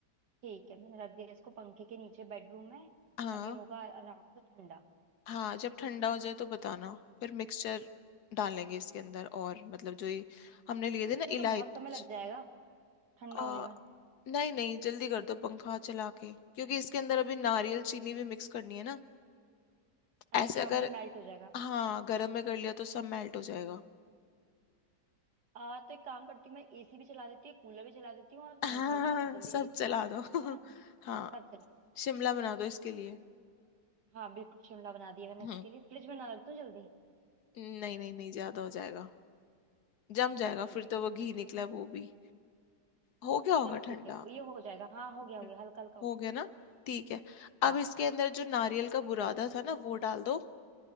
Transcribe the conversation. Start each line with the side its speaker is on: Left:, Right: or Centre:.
Right: ठीक है मैंने रख दिया इसको पंखे के नीचे बेडरूम में
Left: हाँ
Right: अब ये होगा आराम से ठंडा
Left: हाँ जब ठंडा हो जाए तो बताना फिर मिक्सचर डालेंगे इसके अंदर और मतलब जो ये हमने लिए थे
Right: इसमें
Left: ना
Right: तो
Left: इलायची
Right: बहुत समय लग जाएगा ठंडा
Left: आ,
Right: होने में
Left: नहीं नहीं जल्दी कर दो पंखा चला के क्योंकि इसके अंदर अभी नारियल चीनी भी मिक्स करनी है ना ऐसे
Right: अच्छा
Left: अगर
Right: वरना मेल्ट हो जाएगा
Left: हाँ गर्म में कर लिया तो सब मेल्ट हो जाएगा
Right: आ, तो एक काम करती हूँ मैं एसी भी चला देती हूँ कूलर भी चला देती हूँ
Left: <laughs>
Right: और
Left: हाँ
Right: पंखा भी चला देती हूँ जल्दी
Left: सब
Right: जल्दी
Left: चला
Right: ठंडा हो जाए
Left: दो <laughs>
Right: है ना
Left: हाँ
Right: सब चला दो
Left: शिमला बना दो इसके लिए
Right: हाँ बिल्कुल शिमला बना दिया मैंने
Left: हम्म
Right: इसके लिए फ्रिज में ना रख दूँ जल्दी
Left: नहीं नहीं नहीं ज्यादा हो जाएगा जम जाएगा
Right: ठीक
Left: फिर तो
Right: है
Left: वो घी निकला है वो भी हो गया होगा
Right: चलो ठीक
Left: ठंडा
Right: है ये हो जाएगा हाँ हो
Left: हम्म,
Right: गया हो गया हल्का हल्का हो
Left: हो
Right: गया
Left: गया ना ठीक है
Right: हाँ
Left: अब इसके अंदर जो नारियल का बुरादा था ना वो डाल दो